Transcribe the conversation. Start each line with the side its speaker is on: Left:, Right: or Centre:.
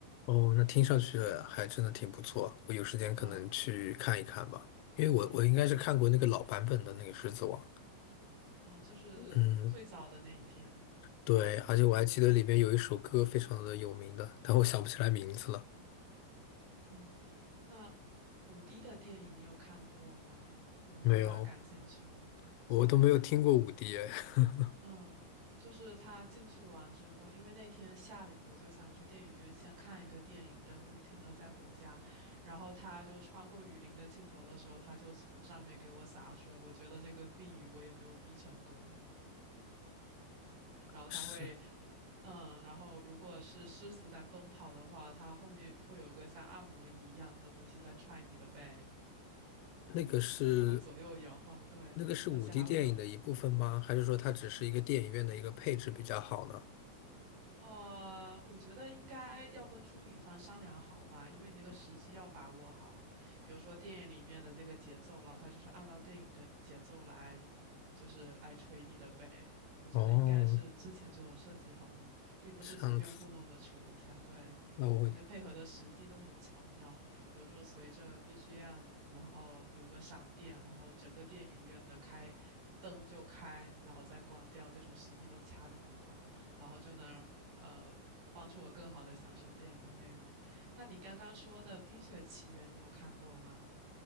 Left: 哦，那听上去还真的挺不错，我有时间可能去看一看吧，
Right: 嗯
Left: 因为我我应该是看过那个老版本的那个《狮子王》，
Right: 嗯，你哦，就是最早的那一篇。
Left: 嗯。对，而且我还记得里面有一首歌非常的有名的，但我想不起来名字了。
Right: 嗯，那五 D 的电影你有看过吗？你会对它感兴趣吗？
Left: 没有，
Right: 就
Left: 我都没有听过五 D 哎，<laughs>
Right: 嗯，就是他进去完之后，因为那天下雨，我就想去电影院先看一个电影，等雨停了再回家。然后他就穿过雨林的尽头的时候，他就从上面给我洒水，我觉得这个避雨我也没有避成功。然后它会，
Left: 是
Right: 呃嗯，然后如果是狮子在奔跑的话，它后面会有一个像按摩椅一样的东西在踹你的背，
Left: 那个是
Right: 然后左右摇晃，对，
Left: 那个是五
Right: 而且还会有，
Left: D 电影的一部分吗？还是说它只是一个电影院的一个配置比较好呢？
Right: 呃，我觉得应该要跟出品方商量好吧，因为你那个时机要把握好。比如说电影里面的这个节奏，然后他就是按照电影的节奏来，就是来锤你的呗。我觉得应该是之前就有设计好的，
Left: 哦，
Right: 并不是随便糊弄的锤一下。
Left: 这样子，
Right: 对，
Left: 那我
Right: 而且配合的时机都很巧妙，比如说随着 BGM，然后有个闪电，然后整个电影院的开灯就开，然后再关掉，这种时机都掐的很好。然后就能呃帮助我更好的享受电影的内容。那你刚刚说的《冰雪奇缘》，你有看过吗？